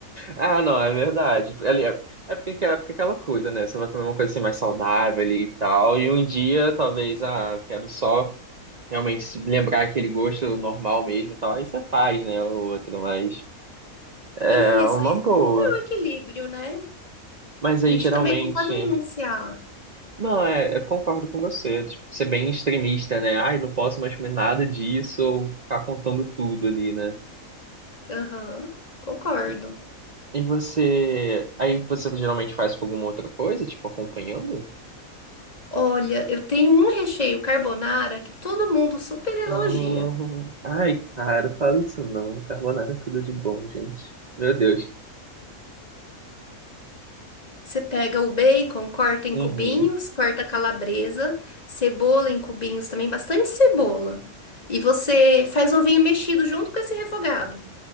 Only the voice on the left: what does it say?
Isso,
isso.
Tudo é um equilíbrio, né? A
gente
também não pode renunciar.
Aham, concordo.
Olha, eu tenho um recheio carbonara que todo mundo super elogia.
Você pega o bacon, corta em
cubinhos, corta a calabresa, cebola em cubinhos também, bastante cebola. E você faz ovinho mexido junto com esse refogado.